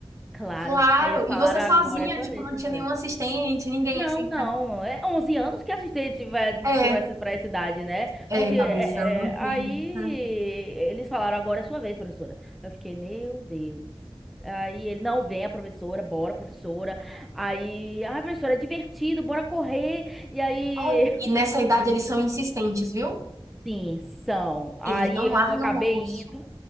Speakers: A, in the centre; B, on the right (about 35°).
A: Claro.
B: claro.
A: Aí eles falaram,
B: E você sozinha,
A: agora é a sua
B: tipo,
A: vez,
B: não
A: professora.
B: tinha nenhum assistente, ninguém
A: Não,
B: assim.
A: não.
B: pra-
A: É 11 anos que assistente vai
B: É,
A: por essa, pra essa idade, né?
B: é,
A: 11.
B: cabeção,
A: é- é-
B: não
A: é,
B: tem.
A: aí
B: Hum.
A: eles falaram, agora é sua vez, professora. Eu fiquei, meu Deus. Aí ele, não, vem a professora, bora, professora. Aí, ah, professora, é divertido, bora correr. E aí,
B: Olha, e
A: <laughs>
B: nessa idade eles são insistentes, viu?
A: sim, são. Aí
B: Eles não
A: eu
B: largam
A: acabei
B: o osso.
A: indo,